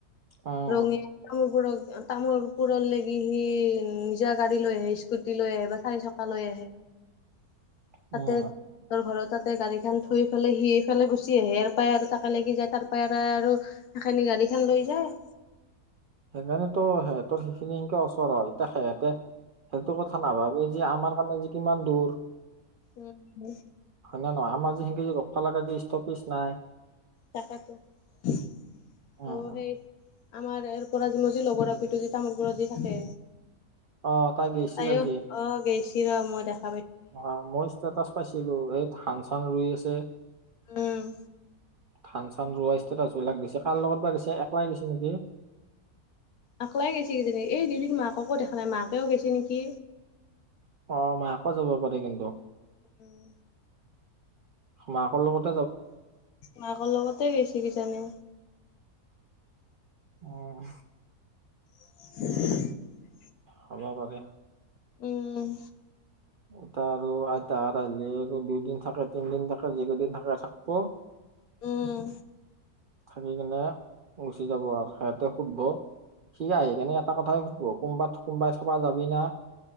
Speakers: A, on the right (about 85°); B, on the left (about 75°).
A: উম
B: ৰঙি <unintelligible> বোৰক তামোল পুৰৰ লাগি সি নিজা গাড়ী লৈ আহে স্কুটি লৈ আহে বা চাই চকা লৈ আহে তাতে
A: উম
B: সহঁতৰ ঘৰত- তাতে গাড়ী খান থুই পেলাই সি এইফালে গুচি আহে আৰু তাই আৰু তাকা লাগি যায় তাৰ পৰা আৰু সেখিনি গাড়ী খান লৈ যায়।
A: সেইকাৰণেতো সিহঁতৰ সেইখিনি হেনকে ওচৰ হয় এতা সিহেতে- সেইটো কথা নাভাবে যে আমাৰ কাৰণে যে কিমান দূৰ-
B: উম
A: হয় নে নহয়। আমাৰ যে হেনকে যে সলাবাজে ষ্টপেজ নাই
B: তাকেতো অ
A: অ অ
B: সেই আমাৰ এ পৰাজি মজি লগৰ- হেটো যে তামোলপুৰত যে থাকে
A: অ তাই গৈছি
B: তাইও
A: আজি
B: অ গেইছি ৰ মই দেখ-
A: অ মই ষ্টেটাচ পাইছিলো এই ধান চান ৰুই আছে।
B: উম
A: ধান চান ৰোৱা ষ্টেটাছবিলাক দিছে কাৰ লগত বা গিছে একলাই গেছে নিকি-
B: একলাই গৈছে কিজিনি এই দিদি মাককো দেখা নাই মাকেও গেছে নিকি।
A: অ মাকো যাব পাৰে কিন্তু-
B: উম
A: মাকৰ লগত
B: মাকৰ লগতে গৈছে কিজানি
A: অহ
B: <unintelligible>
A: হ'ব পাৰে
B: উম
A: এতা আৰু আইতা আৰ আইলে আৰু দুইদিন থাকে তিনদিন থাকে যিকেইদিন থাকে থাকব।
B: উম
A: থাকি কিনে গুচি যাব আৰ সিহঁতে সুধব সি আহি কেনে এটা কথাই সুধবো কোনোবাত কোনোবাই থবা যাবি না।